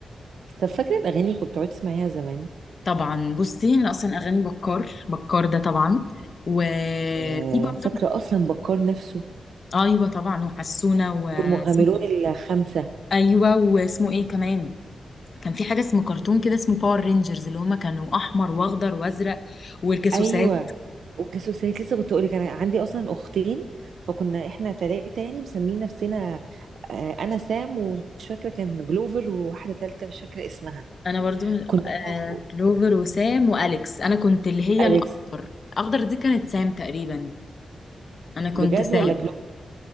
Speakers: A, on the right; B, on the left.
A: طب فاكره الاغاني اللي كنت بتقعد تسمعيها زمان
B: طبعا بصي انا اصلا اغاني بكار بكار ده طبعا وفي
A: آه
B: برضه
A: فاكره اصلا بكار نفسه
B: ايوه طبعا وحسونه و
A: والمغامرون
B: <laughs>
A: الخمسه
B: ايوه واسمه ايه كمان كان في حاجه اسمه كرتون كده اسمه باور رينجرز اللي هما كانوا احمر واخضر وازرق والجاسوسات
A: ايوه والجاسوسات لسه كنت اقولك انا عندي اصلا اختين فكنا احنا تلاتة يعني مسمين نفسنا آه، انا سام ومش فاكره كان جلوفر وواحده تالتة مش فاكره اسمها
B: انا برضو
A: كنا انا
B: آه،
A: واخو
B: كلوفر وسام واليكس انا كنت اللي هي
A: اليكس
B: الاخضر الاخضر دي كانت سام تقريبا انا كنت
A: بجد
B: سام
A: ولا جلوفر